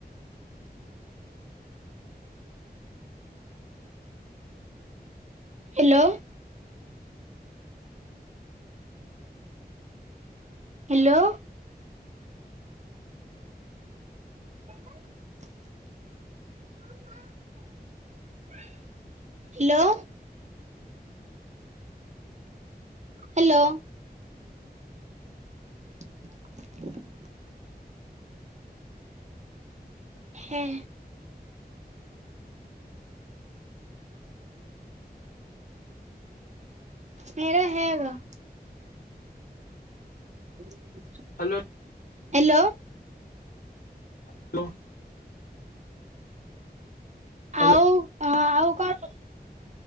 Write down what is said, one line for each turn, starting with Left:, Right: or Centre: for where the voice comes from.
Right: ହ୍ୟାଲୋ। ହ୍ୟାଲୋ। <inaudible> ହ୍ୟାଲୋ। ହ୍ୟାଲୋ। <inaudible> ହେଁ। ମେରା ହେଗ ହ
Left: ହ୍ୟାଲୋ।
Right: ହ୍ୟାଲୋ।
Left: ହ୍ୟାଲୋ। ହଁ
Right: ଆଉ ଆଉ କଣ?